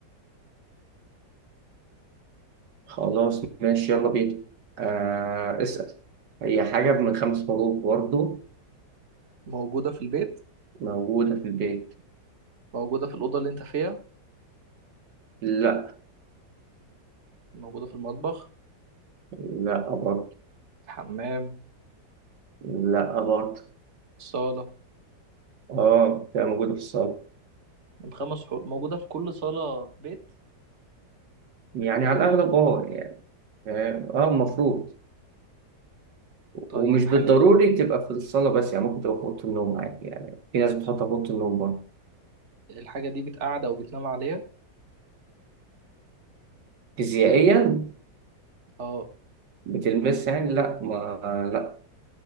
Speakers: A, on the right; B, on the right.
A: خلاص ماشي يلا بينا أه اسأل هي حاجة من خمس حروف برضه
B: موجودة في البيت
A: موجودة في البيت
B: موجودة في الأوضة اللي أنت فيها
A: لا
B: موجودة في المطبخ
A: لا برضه
B: الحمام
A: لا برضه
B: الصالة
A: اه بتبقى موجودة في الصالة
B: من خمس حروف موجودة في كل صالة في بيت
A: يعني على الأغلب اه يعني فاهم؟ اه المفروض ومش
B: طيب
A: بالضروري
B: حاجة
A: تبقى في الصالة بس يعني ممكن تبقى في أوضة النوم عادي يعني في ناس بتحطها في أوضة النوم برضه
B: الحاجة دي بتقعد أو بتنام عليها
A: فيزيائيا
B: اه
A: بتلمس يعني لا ما لا